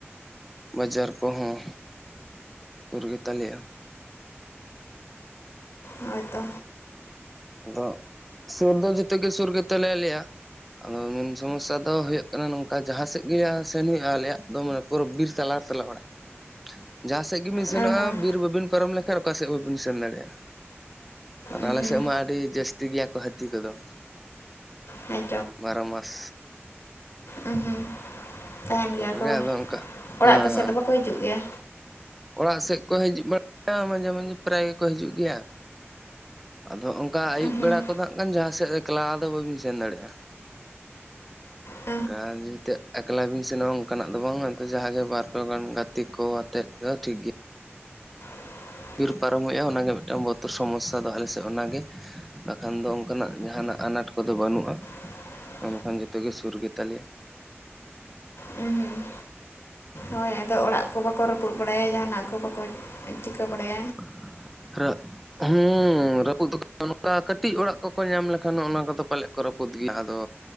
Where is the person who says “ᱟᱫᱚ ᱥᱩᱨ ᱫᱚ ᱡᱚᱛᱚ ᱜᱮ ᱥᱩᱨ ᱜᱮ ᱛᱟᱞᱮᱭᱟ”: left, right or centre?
Centre